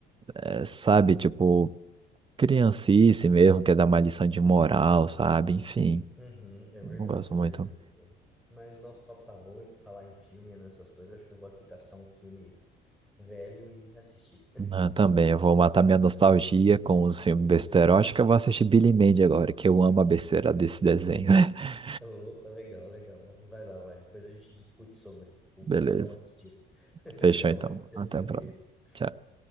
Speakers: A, on the right; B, in the centre.
A: é, sabe, tipo, criancice mesmo, quer dar uma lição de moral, sabe? Enfim,
B: uhum, é verdade,
A: não gosto
B: é
A: muito.
B: verdade, mano. Mas o nosso papo tá bom e pra falar em filme, e nessas coisas, acho que eu vou aqui caçar um filme velho e assistir.
A: Ah, também, eu vou matar minha nostalgia com os filmes besterol. Acho que eu vou assistir Billy Mandy agora, que eu amo a besteira desse desenho. <laughs>
B: Opa, legal, legal, mano. Vai lá, vai. Depois a gente discute sobre o
A: Beleza.
B: que cada um assistiu. <laughs>
A: Fechou
B: Até mais.
A: então.
B: Tchau,
A: Até
B: tchau,
A: a próxima.
B: querido.
A: Tchau.